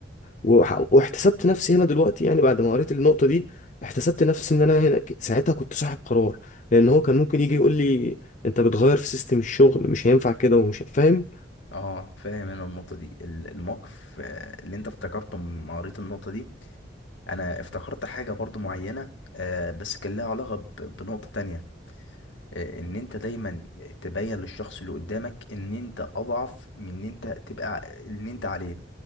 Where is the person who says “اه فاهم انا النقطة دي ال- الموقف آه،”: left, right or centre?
Left